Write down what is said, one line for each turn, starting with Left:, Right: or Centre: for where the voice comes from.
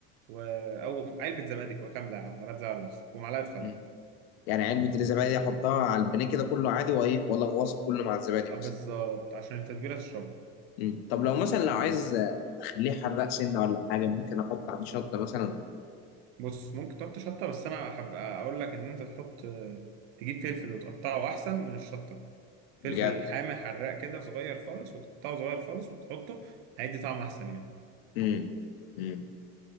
Right: و... أو علبة زبادي كاملة يا عم ولا تزعل نفسك ومعلقة خل
Left: مم. يعني علبة الزبادي دي أحطها على البانيه كده كله عادي وإيه ولا أغوصه كله مع الزبادي
Right: آه،
Left: مثلا
Right: بالظبط عشان التتبيلة تشربها
Left: مم. طب لو مثلا لو عايز أخليه حراق سنة ولا حاجة ممكن أحط عليه شطة مثلا
Right: بص ممكن تحط شطة بس أنا أحب أقول لك إن أنت تحط تجيب فلفل وتقطعه أحسن من الشطة
Left: بجد
Right: فلفل حامي حراق كده صغير خالص وتقطعه صغير خالص وتحطه هيدي طعم أحسن يعني
Left: مم. مم.